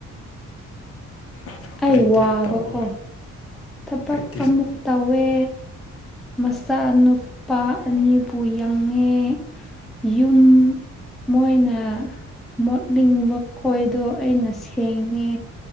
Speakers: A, on the left (about 50°); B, in the centre.
A: ꯑꯗꯨ
B: ꯑꯩ
A: ꯀ꯭ꯔꯦꯇꯤꯞ
B: ꯋꯥꯕꯀꯣ
A: ꯇꯧꯑꯣ
B: ꯊꯕꯛ
A: ꯀ꯭ꯔꯦꯇꯤꯞ
B: ꯑꯃꯨꯛ ꯇꯧꯋꯦ ꯃꯆꯥꯅꯨꯄꯥ ꯑꯅꯤ ꯎ ꯌꯪꯉꯦ ꯌꯨꯝ ꯃꯣꯏꯅ ꯃꯣꯠꯅꯤꯡꯕ ꯈꯣꯏꯗꯣ ꯑꯩꯅ ꯁꯦꯡꯉꯦ